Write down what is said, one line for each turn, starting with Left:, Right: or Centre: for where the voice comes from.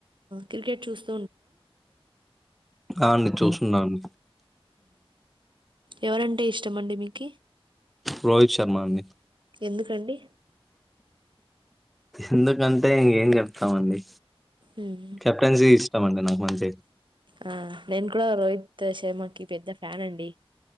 Right: క్రికెట్ చూస్త
Centre: ఆ అండి చూస్తా నాన్
Right: ఎవరంటే ఇష్టం అండి మీకి
Centre: రోహిత్ శర్మ అండి
Right: ఎందుకండి
Centre: ఎందుకంటే ఎం చెప్తామండి
Right: మ్మ్.
Centre: కెప్టెన్సీ ఇష్టం అండి నాకు మంచి తే
Right: ఆ నేను కూడా రోహిత్ శర్మకి పెద్ద ఫ్యాన్ అండి